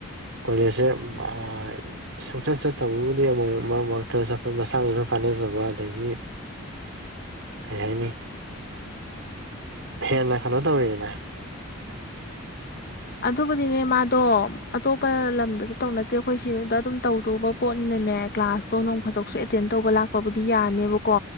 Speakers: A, on the right; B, on the left.
A: ꯀꯣꯂꯦꯖꯁꯦ ꯑ ꯁꯨꯡꯆꯠꯇꯕꯕꯨꯗꯤ ꯑꯃꯨꯃꯨꯛ ꯃꯔꯛ ꯃꯔꯛ ꯇ ꯆꯠꯄ ꯃꯁꯥꯅꯁꯨ ꯈꯔ ꯍꯣꯠꯅꯖꯕ ꯑꯗꯒꯤ ꯀꯩ ꯍꯥꯏꯅꯤ ꯍꯦꯟꯅ ꯀꯩꯅꯣ ꯇꯧꯋꯤꯅ
B: ꯑꯗꯨꯕꯨꯗꯤꯅꯦ ꯃꯥ ꯑꯣ ꯑꯇꯣꯞꯄ ꯂꯝꯗꯁꯨ ꯇꯧ ꯅꯠꯇꯦ ꯑꯩꯈꯣꯏ ꯁꯤꯗ ꯑꯗꯨꯝ ꯇꯧꯗꯕ ꯄꯣꯠꯅꯤꯅꯅꯦ ꯀ꯭ꯂꯥꯁꯇꯣ ꯅꯣꯡꯈ ꯊ ꯑꯦꯇꯦꯟ ꯇꯧꯕ ꯂꯥꯛꯄꯕꯨꯗꯤ ꯌꯥꯅꯦꯕꯀꯣ